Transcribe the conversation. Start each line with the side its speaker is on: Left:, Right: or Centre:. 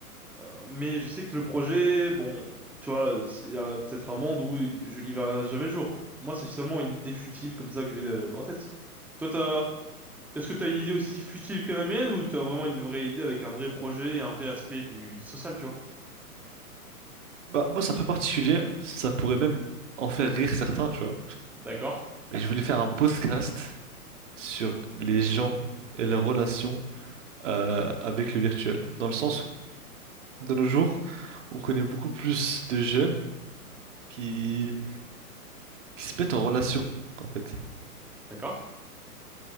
Centre: euh, mais je sais que le projet, bon, tu vois, c'est- il y a peut-être un monde où il, je- il verra jamais le jour. Moi, c'est seulement une idée futile comme ça que j'ai euh, en tête. Toi, t'as, est-ce que t'as une idée aussi futile que la mienne ou t'as vraiment une vraie idée avec un vrai projet et un vrai aspect du, du social, tu vois?
Right: Bah, moi, c'est un peu particulier. Ça pourrait même en faire rire certains, tu vois.
Centre: D'accord,
Right: Mais je voulais faire un podcast sur les gens et leurs relations euh, avec le virtuel. Dans le sens où, de nos jours, on connaît beaucoup plus de jeunes qui, qui se mettent en relation, en fait.
Centre: d'accord.